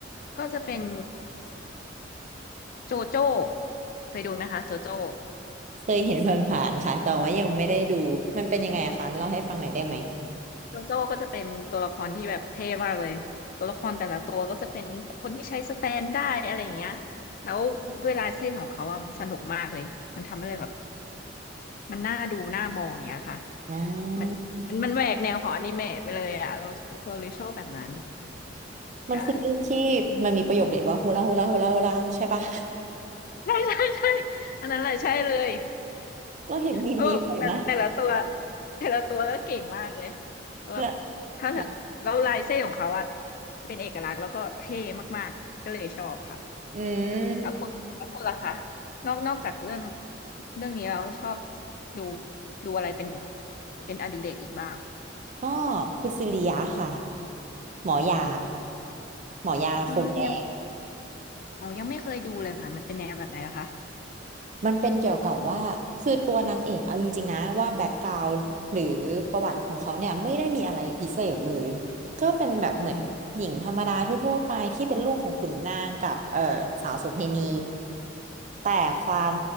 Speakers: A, on the left; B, on the right.
A: ก็จะเป็นโจโจ้เคยดูไหมคะโจโจ้
B: เคยเห็นผ่านๆค่ะแต่ว่ายังไม่ได้ดูมันเป็นยังไงอะคะเล่าให้ฟังหน่อยได้ไหม
A: โจโจ้ก็จะเป็นตัวละครที่แบบเท่มากเลยตัวละครแต่ละตัวก็จะเป็นคนที่ใช้สแตนได้อะไรอย่างเงี้ยแล้วด้วยลายเส้นของเขาอะมันสนุกมากเลยมันทำให้เลยแบบ มันน่าดูน่ามองอย่างเงี้ยค่ะ
B: อ่
A: มันมันมันแหวกแนวของอนิเมะไปเลยอ่ะเราเราเลยชอบแบบนั้น
B: ามันคือเรื่องที่มันมีประโยคเด็ดว่าฮูลาฮูลาฮูลาฮูลาใช่ปะ
A: ใช่ใช่ใช่ใช่อันนั้นแหละใช่เลย
B: <laughs> เราเห็นมีมนี้บ่อยมาก
A: เออแบบแต่ละตัวแต่ละตัวก็เก่งมากเลยแบบ
B: และ
A: ถ้าเธอแล้วลายเส้นของเขาอะ
B: ค่ะ
A: เป็นเอกลักษณ์แล้วก็เท่มากๆก็เลยชอบค่ะ
B: อืม
A: แล้วคนแล้วคนล่ะคะนอกนอกจากเรื่องเรื่องนี้เราชอบดูดูอะไรเป็นเป็นอดิเรกอีกบ้าง
B: ก็คุณซิริยะค่ะ หมอยาหมอยาโคงแดง
A: อืมยัง อ๋อยังไม่เคยดูเลยค่ะมันเป็นแนวแบบไหนล่ะคะ
B: มันเป็นเกี่ยวกับว่าคือตัวนางเอกเอาจริงๆนะว่าแบ็กกราวด์หรือประวัติของเขาเนี่ยไม่ได้มีอะไรพิเศษเลยก็เป็นแบบเหมือนหญิงธรรมดาทั่วๆไปที่เป็นลูกของขุนนางกับเออสาวโสเภณี
A: อืม
B: แต่ความ